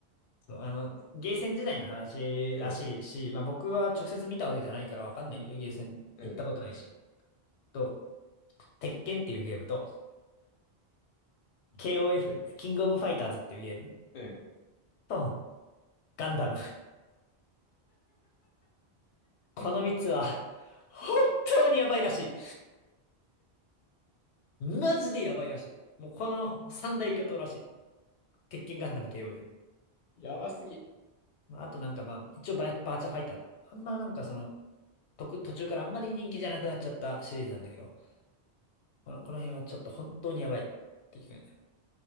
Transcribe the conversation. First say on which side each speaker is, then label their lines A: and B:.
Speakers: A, on the left; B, on the left.
A: そう、あの、ゲーセン時代の話らしいし、
B: うん、
A: まあ僕は直接見たわけじゃないからわかんないけど、ゲーセン行ったことないし。
B: うん、
A: と、鉄拳っていうゲームと、KOF、キングオブファイターズっていうゲーム
B: うん。
A: と、ガンダム。この3つは、本当にやばいらしい。マジでやばいらしい。もうこの三大巨頭らしい。鉄拳ガンダム KOF。
B: やばすぎ。
A: まあ、あとなんかまあ、一応バーバーチャファイター。あんまなんかその、とく途中からあんまり人気じゃなくなっちゃったシリーズなんだけど、この、この辺はちょっと本当にやばいっていうね。